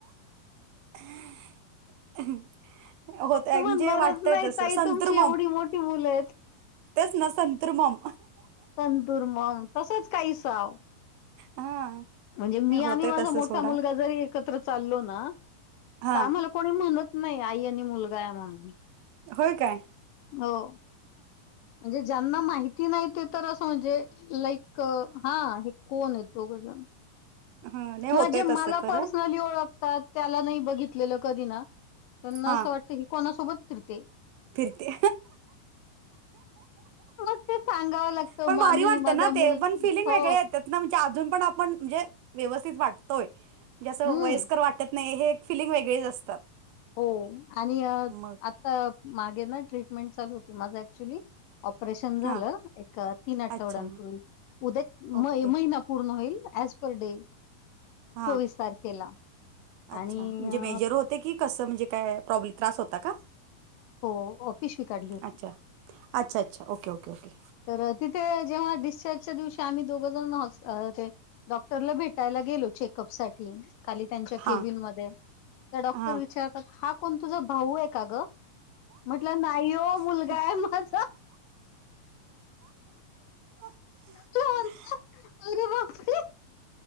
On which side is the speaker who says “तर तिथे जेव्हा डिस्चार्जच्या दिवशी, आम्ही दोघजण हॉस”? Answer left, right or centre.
Left